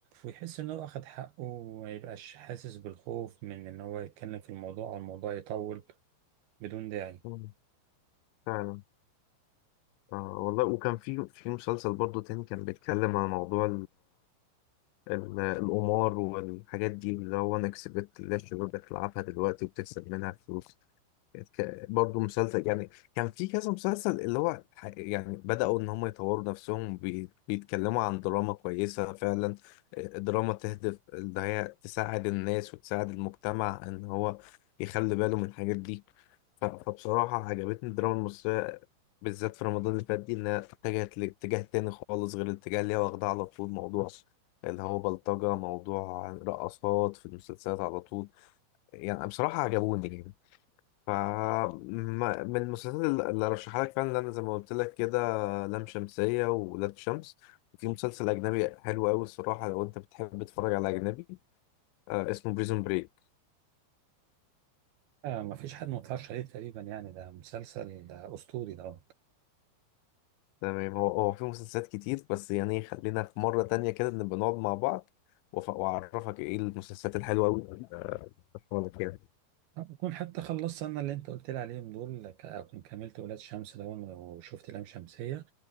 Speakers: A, on the right; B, on the left.
A: ويحس إن هو أخد حقه وما يبقاش حاسس بالخوف من إن هو يتكلم في الموضوع أو الموضوع يطول بدون داعي.
B: مم. فعلا آه والله وكان في في مسلسل برضو تاني كان بيتكلم عن موضوع ال- القمار والحاجات دي اللي هو أنا كسبت اللي الشباب بتلعبها دلوقتي وبتكسب منها فلوس كانت ك- برضو مسلسل يعني كان في كذا مسلسل اللي هو ح- يعني بدأوا إن هم يطوروا نفسهم بي- بيتكلموا عن دراما كويسة فعلا آه، دراما تهدف إن هي تساعد الناس وتساعد المجتمع إن هو يخلي باله من الحاجات دي ف- فبصراحة عجبتني الدراما المصرية بالذات في رمضان اللي فات دي إنها اتجهت لاتجاه تاني خالص غير الاتجاه اللي هي واخداه على طول موضوع اللي هو بلطجة موضوع رقصات في المسلسلات على طول يعني بصراحة عجبوني يعني ف ما- من المسلسلات اللي اللي رشحها لك فعلا انا زي ما قلت لك كده لام شمسية وولاد شمس وفي مسلسل أجنبي حلو أوي الصراحة لو أنت بتحب تتفرج على أجنبي آه اسمه بريزون بريك
A: آه، مفيش حد متفرجش عليه تقريبا يعني ده مسلسل ده أسطوري ده
B: تمام هو هو في مسلسلات كتير بس يعني خلينا في مرة تانية كده نبقى نقعد مع بعض وأف- وأعرفك إيه المسلسلات الحلوة أوي اللي أنا رشحها لك يعني
A: أكون حتى خلصت أنا اللي أنت قلت لي عليهم دول ك- أكون كملت ولاد شمس ده وشفت لام شمسية